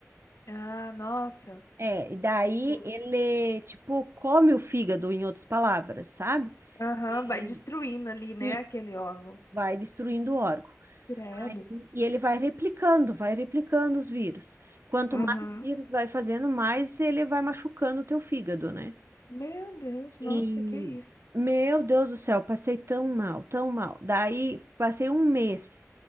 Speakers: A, on the left; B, on the right.
A: Ah, nossa.
B: É, e daí
A: Que coisa.
B: ele, tipo, come o fígado, em outras palavras, sabe?
A: Aham,
B: E,
A: vai destruindo ali, né,
B: e
A: aquele órgão.
B: vai destruindo o órgão.
A: Credo.
B: Aí- E ele vai replicando, vai replicando os vírus. Quanto
A: Uhum.
B: mais vírus vai fazendo, mais ele vai machucando o teu fígado, né?
A: Meu Deus, nossa,
B: E,
A: que isso.
B: meu Deus do céu, passei tão mal, tão mal. Daí, passei um mês